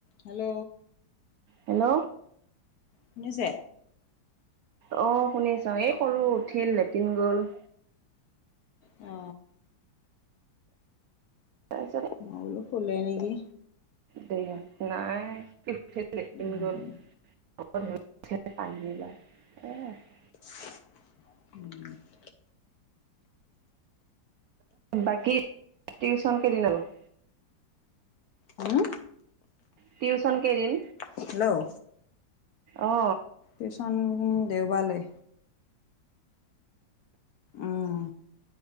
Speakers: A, on the left; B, on the right.
A: Hello.
B: Hello.
A: শুনিছে?
B: অ শুনিছোঁ এই সৰু উঠিল লেট্ৰিন গ'ল।
A: অ।
B: তাৰপিছত
A: মই বোলো শুলে নেকি।
B: নাই <unintelligible> লেট্ৰিন
A: উম
B: গ'ল। <unintelligible>
A: <inaudible>
B: বাকী টিউচন কেইদিন আৰু?
A: উম।
B: টিউচন কেইদিন?
A: হেল্ল'।
B: অ।
A: টিউচন দেওবাৰলৈ। উম।